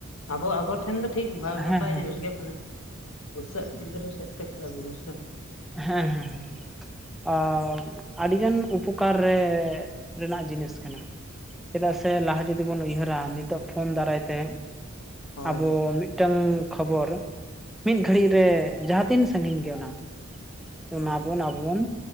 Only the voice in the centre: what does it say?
ᱦᱮᱸ ᱦᱮᱸ
ᱦᱮᱸ ᱦᱮᱸ ᱟ ᱟᱹᱰᱤ ᱜᱟᱱ ᱩᱯᱚᱠᱟᱨ ᱨᱮ ᱨᱮᱱᱟᱜ ᱡᱤᱱᱤᱥ ᱠᱟᱱᱟ ᱪᱮᱫᱟᱜ ᱥᱮ ᱞᱟᱦᱟ ᱡᱩᱫᱤ ᱵᱚᱱ ᱩᱭᱦᱟᱹᱨᱟ ᱱᱤᱛᱚᱜ ᱯᱷᱳᱱ ᱫᱟᱨᱟᱭ ᱛᱮ
ᱟᱵᱚ ᱢᱤᱫᱴᱟᱝ ᱠᱷᱚᱵᱚᱨ ᱢᱤᱫ ᱜᱷᱟᱹᱲᱤᱡ ᱨᱮ ᱡᱟᱦᱟᱸ ᱛᱤᱱ ᱥᱟᱺᱜᱤᱧ ᱜᱮ ᱚᱱᱟ ᱚᱱᱟ
ᱵᱚᱱ ᱟᱵᱚᱱ